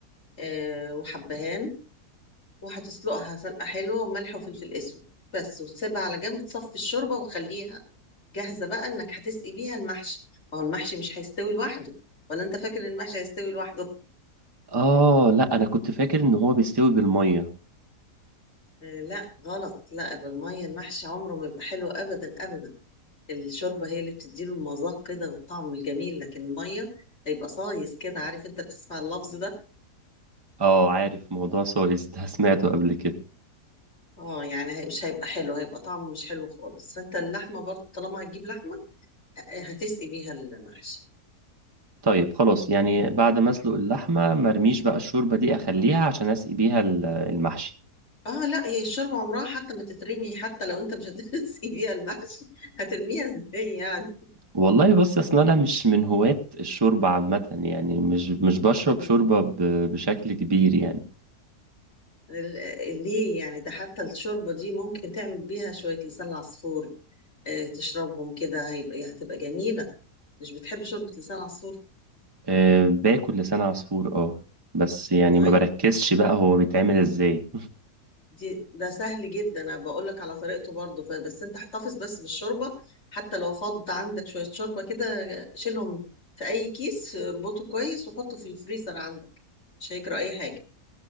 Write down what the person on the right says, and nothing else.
اه لا انا كنت فاكر ان هو بيستوي بالمية
اه عارف موضوع سويس ده <laughs> سمعته قبل كده
طيب خلاص يعني بعد ما اسلق اللحمه مرميش بقى الشوربه دي اخليها عشان اسقي بيها ال- المحشي
والله بص اصل انا مش من هواة الشوربه عامه يعني مش مش بشرب
شوربه ب- بشكل كبير يعني
أه باكل لسان عصفور اه بس يعني
ما بركزش بقى هو بيتعمل ازاي